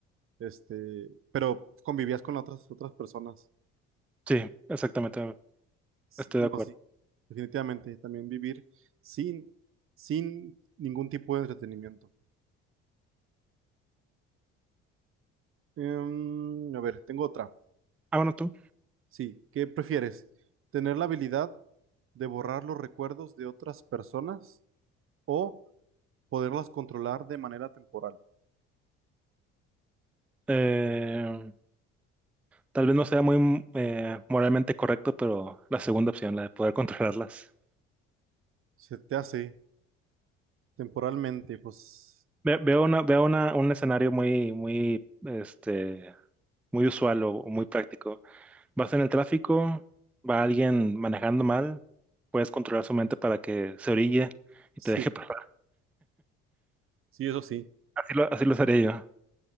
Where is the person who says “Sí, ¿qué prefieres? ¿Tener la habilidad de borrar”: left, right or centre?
Right